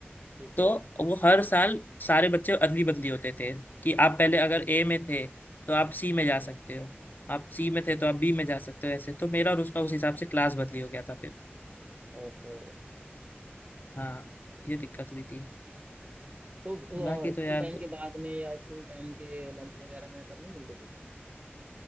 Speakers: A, on the right; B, on the left.
A: ठीक
B: तो
A: है
B: वो हर साल सारे बच्चे अदली बदली होते थे कि आप पहले अगर ए में थे तो आप सी
A: अच्छा
B: में जा सकते हो आप सी में थे तो आप बी में जा सकते हो ऐसे तो मेरा और उसका उस हिसाब से क्लास बदली हो गया था फिर
A: ओहो
B: हाँ ये दिक्कत हुई थी
A: तो
B: बाकी
A: स्कूल
B: तो यार
A: टाइम के बाद में या स्कूल टाइम के लंच वगैरह में तब नहीं मिलती थी